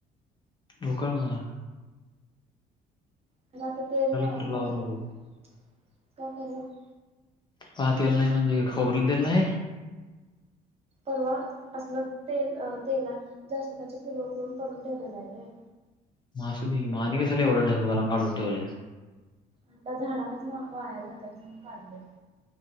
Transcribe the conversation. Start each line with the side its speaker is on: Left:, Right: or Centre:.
Left: उकळ म <inaudible>
Right: खरं आता तेल नाही
Left: खरं
Right: हाय ना
Left: लावू
Right: घरात
Left: नको
Right: काय करुया <inaudible>
Left: का तेल नाही म्हणजे काय खोबरेल तेल नाही?
Right: परवा आसंल तेल अं तेलात जास्वांदाची फुल उकळून करून ठेवलेलं हाय रे
Left: म असुदे की म आणि कशाला एवढं ढगभला काढून ठेवल्यास.
Right: आता झाडालाच म वाया जात्यात म्हणून काढल. <inaudible>